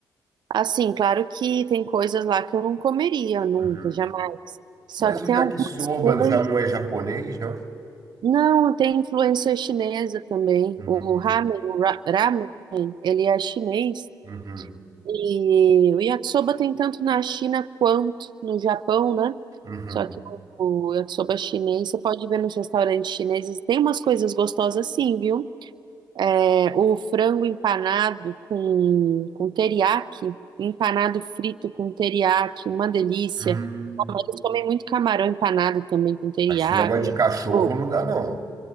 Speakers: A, on the right (about 65°); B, on the right (about 50°).
A: Assim, claro que tem coisas lá que eu não comeria nunca,
B: Uhum.
A: jamais. Só
B: Mas
A: que
B: o
A: tem
B: yakisoba
A: algumas coisas.
B: já não é japonês, não?
A: Não, tem influência chinesa também.
B: Uhum,
A: O ramen, o ra- ramen, ele é chinês.
B: uhum,
A: E o yakisoba tem tanto na China quanto no Japão, né?
B: uhum,
A: Só que o o yakisoba chinês, você pode ver nos restaurantes chineses, tem umas coisas gostosas sim, viu? É, o frango empanado com, com teriyaki, empanado frito com teriyaki, uma delícia.
B: uhum.
A: Mas eles comem muito camarão empanado também com teriyaki.
B: Mas esse negócio de cachorro
A: Pô,
B: não dá, não.